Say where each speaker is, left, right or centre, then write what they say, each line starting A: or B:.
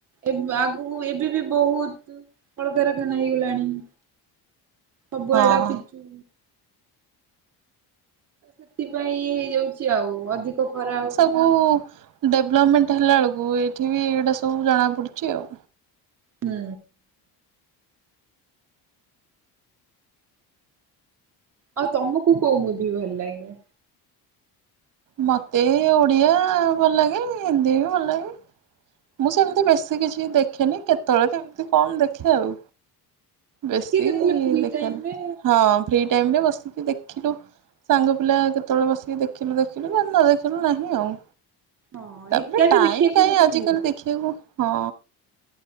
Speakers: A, on the right; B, on the right.
A: ଏବ୍ -ଆଗୁକୁ ଏବେ ବି ବହୁତ୍ କଳକାରଖାନା ହେଇଗଲାଣି। ସବୁଆଡ
B: ହଁ
A: ପିଚୁ। ସେଥିପାଇଁ ଇଏ ହେଇଯାଉଚି ଆଉ ଅଧିକ ଖରା ହଉ
B: ବୁ ଡେଭଲପମେଣ୍ଟ୍ ହେଲାବେଳକୁ ଏଇଠି ବି ଏଇଗୁଡା ସବୁ ଜଣାପଡୁଚି ଆଉ।
A: ହୁଁ। ଆଉ ତମକୁ କଉ ମୁଭି ଭଲ ଲାଗେ?
B: ମତେ ଓଡିଆ ଭଲ ଲାଗେ ହିନ୍ଦୀ ବି ଭଲ ଲାଗେ। ମୁଁ ସେମିତି ବେଶୀ କିଛି ଦେଖେନି କେତେବେଳେ କେମିତି କଣ ଦେଖେ ଆଉ। ବେଶୀ
A: ଟିକେ କେତେବେଳେ ଫ୍ରି
B: ଦେଖେନା
A: ଟାଇମ ରେ
B: ହଁ ଫ୍ରି ଟାଇମ୍ ରେ ବସିକି ଦେଖିଲୁ ସାଙ୍ଗ ପିଲା କେତେବେଳେ ବସିକି ଦେଖିଲୁ ଦେଖିଲୁ ନା ନ ଦେଖିଲୁ ନାହିଁ ଆଉ।
A: ହଁ
B: ତାପରେ
A: ଏକା ବି
B: ଟାଇମ୍
A: ଦେଖିବାକୁ
B: କାଇଁ
A: ଗୋଟେ
B: ଆଜିିକାଲି
A: ଭଲ ଲାଗେ।
B: ଦେଖିବାକୁ -ହଁ।